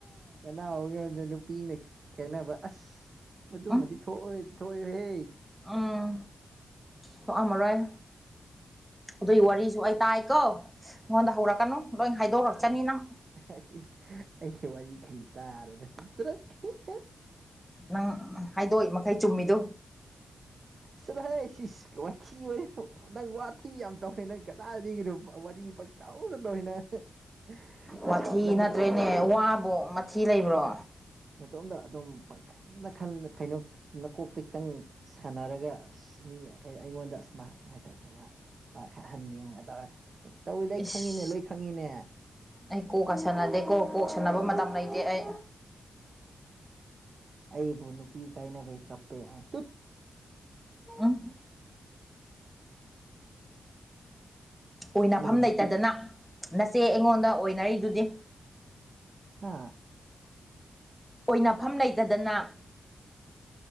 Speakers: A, on the right; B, in the centre.
A: ꯅꯅꯥꯎꯍꯒꯤꯉꯣꯟꯗ ꯅꯨꯄꯤꯅ ꯀꯥꯅꯕ ꯑꯁ ꯑꯗꯨꯃꯗꯤ
B: ꯎꯝ
A: ꯊꯣꯛ ꯊꯣꯛꯑꯣꯏ ꯍꯦ
B: ꯎꯝ ꯄꯣꯛꯑꯝꯃꯔꯣꯏ꯫ ꯑꯗꯨꯒꯤ ꯋꯥꯔꯤꯁꯨ ꯑꯩ ꯇꯥꯏꯀꯣ ꯅꯉꯣꯟꯗ ꯍꯧꯔꯛꯀꯅꯨ ꯂꯣꯏ ꯍꯥꯏꯗꯣꯔꯛꯆꯅꯤ ꯅꯪ
A: ꯑꯩꯒꯤ ꯋꯥꯔꯤ ꯈꯔꯤ ꯇꯥꯔꯗ <unintelligible>
B: ꯅꯪ ꯍꯥꯏꯗꯣꯛꯏ ꯃꯈꯩ ꯆꯨꯝꯃꯤꯗꯨ
A: ꯆꯂ ꯍꯦ ꯁꯤꯁ ꯋꯥꯊꯤ ꯋꯥꯔꯦꯝ꯫ ꯅꯪ ꯋꯥꯊꯤ ꯌꯥꯝ ꯇꯧꯋꯤ ꯅꯪ ꯀꯗꯥꯗꯒꯤꯒꯤꯅꯣ ꯋꯥꯔꯤ ꯄ ꯇꯧꯅ ꯇꯧꯋꯤ ꯅꯪ <unintelligible>
B: ꯋꯥꯊꯤ
A: ꯅꯇꯣꯝꯇ
B: ꯅꯠꯇ꯭ꯔꯦꯅꯦ
A: ꯑꯗꯨꯝ
B: ꯋꯥꯕꯨꯣ ꯃꯊꯤ ꯂꯩꯕ꯭ꯔꯣ
A: ꯃꯇꯇꯣꯝꯗ ꯑꯗꯨꯝ ꯄꯪꯈꯜꯗ ꯀꯩꯅꯣ ꯅꯀꯣꯛꯇ ꯈꯤꯇꯪ ꯁꯥꯟꯅꯔꯒ ꯑꯁ ꯃꯤ ꯀꯩꯅꯣ ꯑꯩꯉꯣꯟꯗ ꯑꯁ ꯃꯥ ꯑꯗꯨꯃꯥꯏꯅ ꯇꯧ ꯄꯥꯈꯠꯍꯟꯒꯦꯒꯗꯧꯔꯥ꯫ ꯇꯧꯏ ꯂꯩ
B: ꯏꯁ
A: ꯈꯪꯉꯤꯅꯦ ꯂꯩ ꯈꯪꯉꯤꯅꯦ
B: ꯑꯩ ꯀꯣꯛꯀ ꯁꯥꯟꯅꯗꯦꯀꯣ ꯀꯣꯛ ꯁꯟꯅꯕ ꯃꯇꯝ ꯂꯩꯇꯦ ꯑꯩ꯫
A: ꯑꯩꯕꯨ ꯅꯨꯄꯤ ꯀꯥꯏꯅꯕꯩ ꯀꯞꯄꯦ ꯇꯨꯠ
B: ꯎ <unintelligible> ꯑꯣꯏꯅꯐꯝ
A: ꯑꯩꯕꯨ ꯅꯨꯄꯤ
B: ꯂꯩꯇꯗꯅ ꯅꯆꯦ ꯑꯩꯉꯣꯟꯗ ꯑꯣꯏꯅꯔꯤꯗꯨꯗꯤ꯫
A: ꯍꯥꯥ
B: ꯑꯣꯏꯅꯐꯝ ꯂꯩꯇꯗꯅ꯫